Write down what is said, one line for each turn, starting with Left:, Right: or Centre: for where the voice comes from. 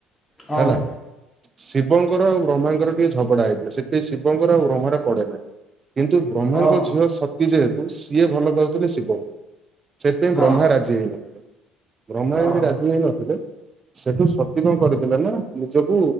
Left: ହଁ
Right: ହେଲା।
Left: ଭାଇ
Right: ଶିବଙ୍କର ଆଉ ବ୍ରହ୍ମାଙ୍କର ଟିକେ ଝଗଡା ହେଇଥିଲା, ସେଥିପାଇଁ ଶିବଙ୍କର ଆଉ ବ୍ରହ୍ମାର ପଡେନା କିନ୍ତୁ ବ୍ରହ୍ମାଙ୍କ
Left: ହଁ
Right: ଝିଅ ସତୀ ଯେହେତୁ ସିଏ ଭଲ ପାଉଥିଲେ ଶିବଙ୍କୁ, ସେଥିପାଇଁ
Left: ହଁ
Right: ବ୍ରହ୍ମାରାଜି ହେଇନଥିଲେ, ବ୍ରହ୍ମା
Left: ହଁ ହଁ
Right: ଯେମିତି
Left: ହଁ ହଁ
Right: ରାଜି ହେଇ ନଥିଲେ, ସେଠୁ ସତୀ ସତୀ କଣ କରିଥିଲେ ନା ନିଜକୁ